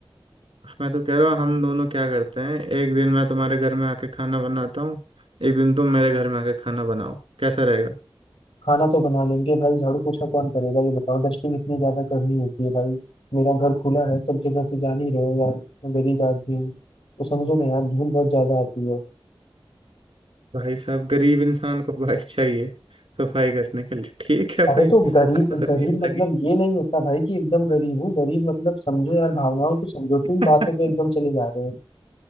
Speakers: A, on the right; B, on the left.
A: मैं तो कह रहा हूँ हम दोनों क्या करते हैं एक दिन मैं तुम्हारे घर में आके खाना बनाता हूँ एक दिन तुम मेरे घर में आके खाना बनाओ कैसा रहेगा
B: खाना तो बना लेंगे भाई झाड़ू पोछा कौन करेगा ये बताओ डस्टिंग इतनी ज्यादा करनी होती है भाई मेरा घर खुला है सब जगह से जान ही रहे हो यार मैं गरीब आदमी हूँ तो समझो ना यार धूल बहुत ज्यादा आती है
A: भाई साहब गरीब इंसान को भाई चाहिए सफाई करने के लिए ठीक है
B: अरे
A: भाई
B: तो गरीब
A: आपका
B: गरीब
A: भी अलग
B: मतलब
A: ही
B: ये नहीं होता भाई कि एकदम गरीब हूँ गरीब मतलब समझो यार भावनाओं को समझो
A: <laughs>
B: तुम बातों पे एकदम चले जा रहे हो